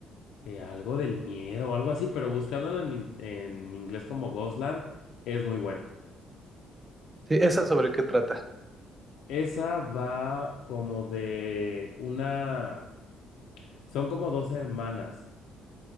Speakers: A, on the left; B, on the right.
A: eh, algo del miedo o algo así, pero buscándola en, in- en inglés como Ghostland es muy buena.
B: Sí, ¿esa sobre qué trata?
A: Esa va como de una... Son como dos hermanas.